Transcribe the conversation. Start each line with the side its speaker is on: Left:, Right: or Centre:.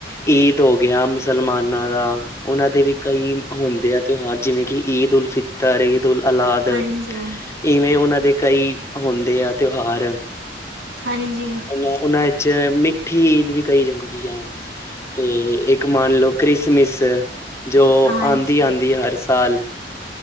Left: ਈਦ ਹੋ ਗਿਆ, ਮੁਸਲਮਾਨਾਂ ਦਾ ਉਹਨਾਂ ਦੇ ਵੀ ਕਈ ਹੁੰਦੇ ਆ, ਤਿਉਹਾਰ ਜਿਵੇਂ ਕਿ ਈਦ ਉਲ ਫਿ ਤਰ ਈਦ ਉਲ ਅਲਾਦ
Right: ਹਾਂਜੀ,
Left: ਇਵੇਂ ਉਹਨਾਂ ਦੇ ਕਈ ਹੁੰਦੇ ਆ ਤਿਉਹਾਰ।
Right: ਹਾਂਜੀ,
Left: ਉਹ ਉਹਨਾ ਚ ਮਠੀ ਈਦ ਵੀ ਕਹੀ ਜਾਂਦੀ ਆ ਤੇ ਇੱਕ ਮੰਨ ਲਓ ਕ੍ਰਿਸਮਿਸ। ਜੋ
Right: ਹਾਂਜੀ,
Left: ਆਦੀ, ਆਦੀ ਹਰ ਸਾਲ